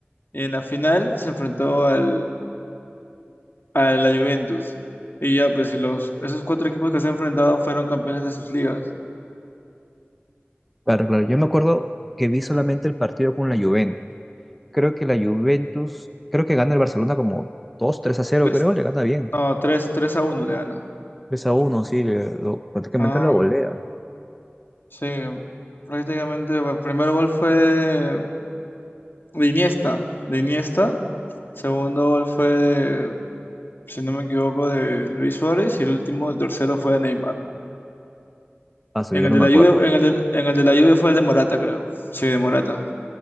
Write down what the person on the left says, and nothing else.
Y en la final se enfrentó al, a la Juventus. Y ya, pues, y los, esos cuatro equipos que se han enfrentado fueron campeones de sus ligas.
Tres,
no, 3 3 a uno le gana.
Ah,
sí, prácticamente el primer gol fue de, de Iniesta, de Iniesta, segundo gol fue de, si no me equivoco, de Luis Suárez y el último, el tercero fue de Neymar.
En
el
de
la
lluvia, en el de, en el de la lluvia fue el de Morata, creo. Sí, de Morata.